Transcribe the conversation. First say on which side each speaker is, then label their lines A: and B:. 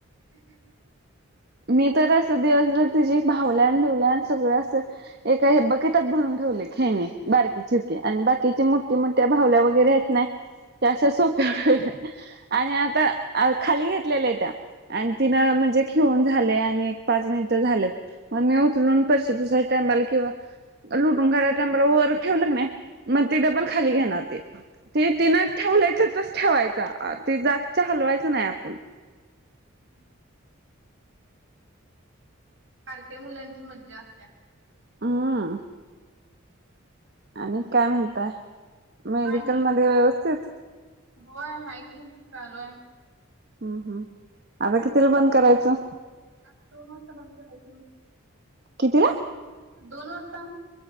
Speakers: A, on the right (about 70°); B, on the right (about 50°).
A: <unintelligible>
B: मी तर असं दिवसभर तिझ भावल्यान बिवल्यान सगळं असं एका हे बकेटात भरून ठेवले खेळणी बारकी चिरकी आणि बाकीची मोठ्या मोठ्या भावल्या वगैरे हायत सोप्या आणि आता खाली घेतलेल्या आहे त्या आणि तिनं म्हणजे झालयं आणि एक पाच मिनिटं झालेत मग मी उचलून फरशी पूसायचयकिं लुटून काढायच्या टायबांला वर ठेवलं क नाई मग ती डबल खाली घेणार ते ती तिनं ठेवलायचं ठेवायचा ते जागच्या हलवायचं नाही आपण
A: ह बारक्या मुलांची मज्जा असतीया
B: हम आणि काय म्हणताय? मेडिकल
A: नाही नाही
B: मध्ये
A: बघा
B: व्यवस्थित
A: होय हाय की चालू आहे
B: हम्म हम् आता कितीला बंद करायचं
A: आता दोन वाजता बद करायचयं
B: कितीला
A: दोन वाजता